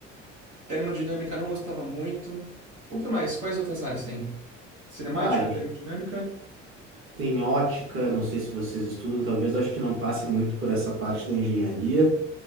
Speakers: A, on the right; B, on the right.
A: Termodinâmica não gostava muito. O que mais? Quais outras áreas tem? Cinemática,
B: Ah, a gente
A: termodinâmica.
B: tem ótica, não sei se vocês estudam, talvez eu acho que não passe muito por essa parte da engenharia.